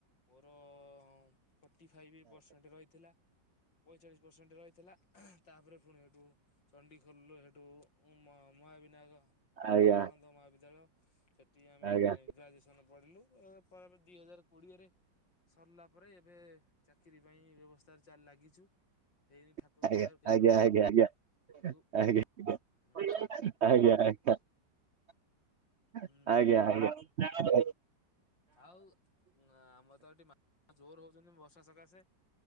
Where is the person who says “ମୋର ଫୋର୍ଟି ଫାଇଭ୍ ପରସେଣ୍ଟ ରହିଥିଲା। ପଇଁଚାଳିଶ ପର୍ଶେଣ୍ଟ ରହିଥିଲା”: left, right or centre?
Left